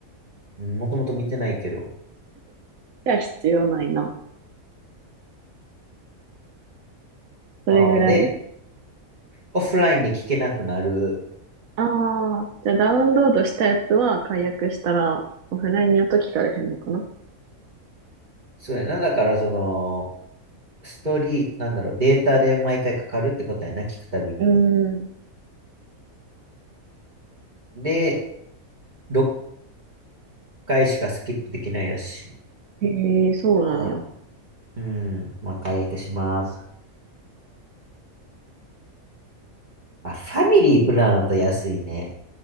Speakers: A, on the right; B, on the right.
A: もともと見てないけど。
B: じゃあ必要ないな。それぐらい
A: ああ、で、オフラインで聞けなくなる。
B: ああー、じゃあダウンロードしたやつは解約したら、オフラインやと聞かれへんのかな
A: そうやな。だから、その、ストーリー、なんだろう、データで毎回かかるってことやな、聞くたびに。
B: うーん。
A: で、6回しかスキップできないらしい。
B: へえ、そうなんや。
A: あうん、まあ、解約します。まあ、ファミリープランだと安いね。